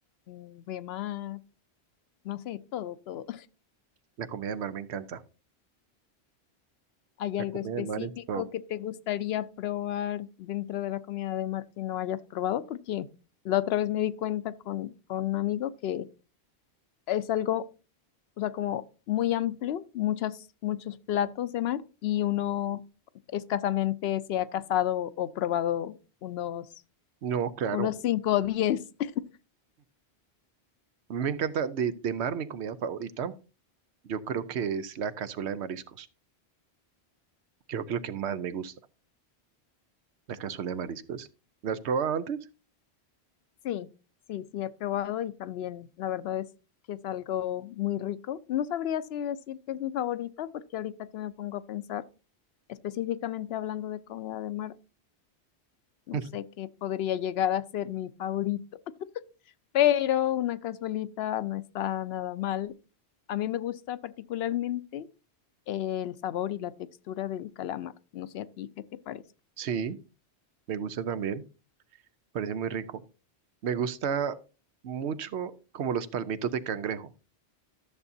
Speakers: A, on the left (about 70°); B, on the right (about 80°).
A: mm, de mar, no sé, todo, todo.
B: la comida de mar me encanta.
A: ¿Hay algo
B: La comida
A: específico
B: de mar es top.
A: que te gustaría probar dentro de la comida de mar que no hayas probado? Porque la otra vez me di cuenta con, con un amigo que es algo, o sea, como muy amplio, muchas, muchos platos de mar y uno escasamente se ha casado o probado unos,
B: No, claro.
A: unos cinco o diez. <laughs>
B: A mí me encanta de, de mar, mi comida favorita, yo creo que es la cazuela de mariscos. Creo que es lo que más me gusta, la cazuela de mariscos. ¿La has probado antes?
A: Sí, sí, sí, he probado y también la verdad es que es algo muy rico. No sabría si decir que es mi favorita porque ahorita que me pongo a pensar específicamente hablando de comida de mar, no
B: <laughs>
A: sé qué podría llegar a ser mi favorito, <laughs> pero una cazuelita no está nada mal. A mí me gusta particularmente el sabor y la textura del calamar. No sé a ti qué te parece.
B: Sí, me gusta también. Parece muy rico. Me gusta mucho como los palmitos de cangrejo.